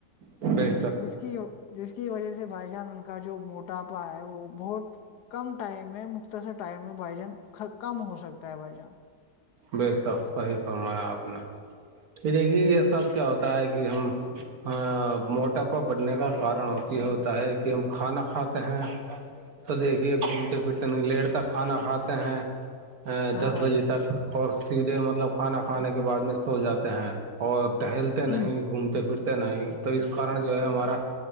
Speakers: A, on the right; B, on the left.
A: بی
B: جس کی جس کی وجہ سے بھائی جان ان کا جو موٹاپا ہے وہ بہت کم ٹائم میں اسا ٹائم ہے بھ جان کم ہو سکتا ہے بھجان
A: بے شق صحیح فرمایا آپ نے کہ دیکھیے یہ سب کیا ہوتا ہے کہ ہم ہ موٹاپا بڑھنے کا کارن ہوتی ہوتا ہے کہ ہم کھانا کھاتے ہیں تو دیکھیے گھومتے پھرتے لیٹ تک کھانا کھاتے ہیں
B: ہاں
A: دس
B: بھائی
A: بجے تک اور سیدھے مطلب کھانا کھانے کے بعد میں سو جاتے ہیں اور ٹہلتے
B: جان
A: نہیں گھومتے پھرتے نہیں تو اس کارن جو ہے ہمارا